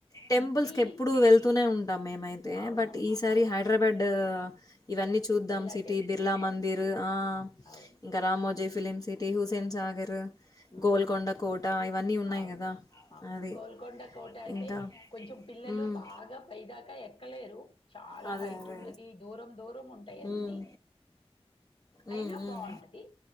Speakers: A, on the left; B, on the left.
A: టెంపుల్స్
B: అన్నీ
A: క ఎప్పుడు వెళ్తూనే ఉంట ా మ ఏమైతే
B: అవునవును.
A: బట్ ఈసారి
B: అవును.
A: హైదరాబాద్ ఇవన్నీ చూద్దాం
B: బిర్లా
A: సిటీ
B: టెంపుల్
A: బిర్లా
B: ఇవన్నీ.
A: మందిర్ ఆ
B: అవును.
A: ఇంకా
B: అవును.
A: రామోజయ్ ఫిలిమ్ సి హుస్సేన్ సాగర్
B: హ్మ్.
A: గోల్కొండ కోట ఇవన్నీ ఉన్నాయి
B: అవును.
A: కదా
B: అవును
A: అది
B: గోల్కొండ కోట అంటే
A: ఇంకా
B: కొంచెం పిల్లలు
A: మ్మ్
B: బాగా పైదాకా ఎక్కలేరు చాలా
A: అదే
B: హైట్
A: అదే
B: ఉంటది దూరం దూరం ఉంటాయి అన్నిీ
A: మ్మ్
B: అయినా
A: మ్మ్ మ్మ్
B: బాగుంటది